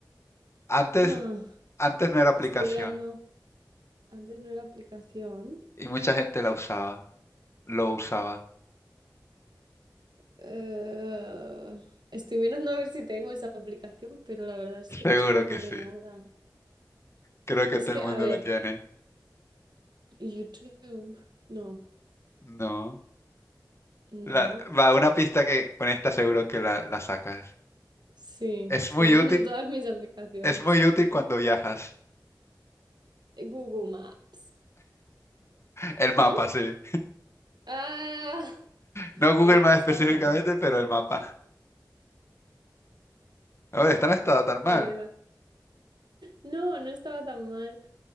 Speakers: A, on the left (about 40°); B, on the right (about 80°).
A: antes,
B: <sighs> Ah,
A: antes no era aplicación
B: estoy mirando. Antes no era aplicación.
A: y mucha gente la usaba, lo usaba.
B: Eh, estoy mirando a ver si tengo esa aplicación, pero la verdad es
A: <laughs>
B: que
A: Seguro
B: no se me ocurre
A: que sí.
B: nada.
A: Creo que
B: Es
A: todo
B: que,
A: el mundo
B: a ver,
A: lo tiene.
B: YouTube, no,
A: No.
B: no,
A: La- va una pista que con esta seguro que la, la sacas.
B: sí,
A: Es
B: estoy
A: muy
B: mirando
A: útil,
B: todas mis aplicaciones.
A: es muy útil cuando viajas.
B: Eh, Google Maps,
A: El
B: ¿no?
A: mapa, sí.
B: Ah, <laughs>
A: No Google
B: oye, pues
A: Maps
B: esta
A: específicamente,
B: no era mal.
A: pero el mapa. A ver, esta no está tan
B: Vale,
A: mal.
B: va. No, no estaba tan mal.